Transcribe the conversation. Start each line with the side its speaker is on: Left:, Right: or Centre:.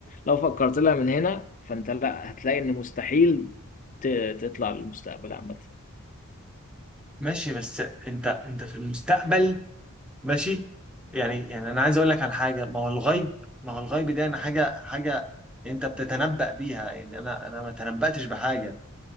Left: لو فكرت لها من هنا فانت لا هتلاقي ان مستحيل ت- تطلع للمستقبل عامة
Centre: ماشي بس انت انت في المستقبل ماشي يعني يعني انا عايز اقول لك على حاجه ما هو الغيب ما هو الغيب ده انا حاجه حاجه انت بتتنبأ بيها يعني انا انا ما تنبأتش بحاجه